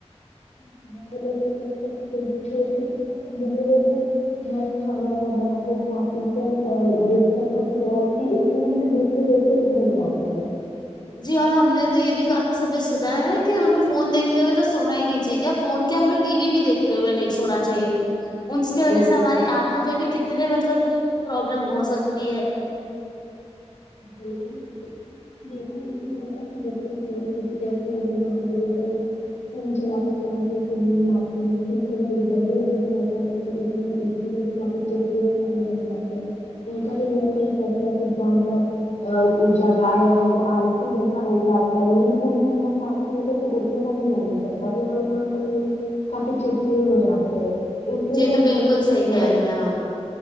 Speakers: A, on the left; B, on the left.
A: <unintelligible> چھوٹے <unintelligible> مست کھانا وانا بنا کے کھا پی کے بستر پر <unintelligible> پھر دیکھ کے ان کو نہیں لا آتی ہے
B: جی اور ہم نے تو یے بھی کافی سبھی سنا ہے کہ ہمیں فون دیکتے ہوئے تو سونا ہی نہیں چاہے کیا فون کیا ہمیں ٹی وی بھی دیکھتے ہوئے نہیں سونا چاہیے انس کی وجہ
A: بالکل
B: سے ہماری آنکھوں پی بھی کتنے مطلب پرابلم ہو سکتی ہے
A: <unintelligible> <inaudible> فون چلا کے چلا کے پھر نیند آگتی ہے پھر پا ادرد اٹھنا رہتا ہے تو پھر اس میں اس میں بھی کافی ان کا بھی من نہیں کرتا ہے کی بار بار <unintelligible> اس جگہ ہے ہم کو آلسی جیسا ہو جاتا ہے نیند پوری نہیں ہو پاتی تو پھر اٹھنے کا بھی من نہیں کرتا پھر ہر کام کرنے میں کافی چڑچڑے ہو جاتے اس لی
B: یہ
A: لیے
B: تو
A: آپ
B: بالکل
A: چاہتے
B: صحیح
A: تھے صبح
B: کہہ رہی ہیں آپ